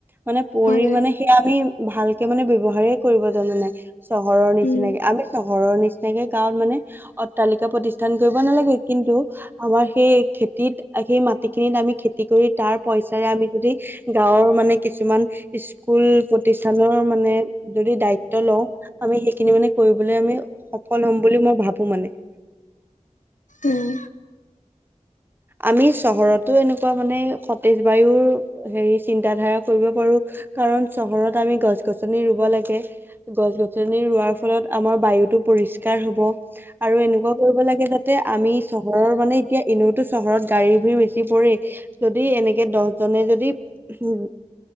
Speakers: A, on the right; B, on the left.
A: মানে পৰি
B: হয়
A: মানে সেয়া আমি ভালকে মানে ব্যৱহাৰ কৰিব জনা নাই। চহৰৰ নিচিনাকি,
B: উম,
A: আমি চ ঘৰৰ নিচিনাকে গাঁৱত মানে অট্টালিকা প্ৰতিষ্ঠান কৰিব নালাগে, কিন্তু আমাৰ সেই খেতিত সেই মাটি খিনিত আমি খেতি কৰি তাৰ পইচাৰে আমি যদি গাঁৱৰ মানে কিছুমান স্কুল প্ৰতিষ্ঠানৰ মানে যদি দায়িত্ব লওঁ। আ, সেইখিনি মানে কৰিবলৈ আমি সফল হ'ম বুলি মই ভাবোঁ মানে।
B: উম।
A: আমি চহৰতো এনেকুৱা মানে সতেজ বায়ুৰ হেৰি চিন্ত ধাৰা কৰিব পাৰোঁ কাৰণ চহৰত আমি গছ গছনি ৰুব লাগে। গছ গছনি ৰোৱাৰ ফলত আমাৰ বায়ুতটো পৰিষ্কাৰ হ'ব। আৰু এনেকুৱা কৰিব লাগে, যাতে আমি চহৰৰ মানে এতিয়া এনেওতো চহৰত গাড়ী ভু় বেছি পৰে যদি এনেকে দহজনে যদি উম,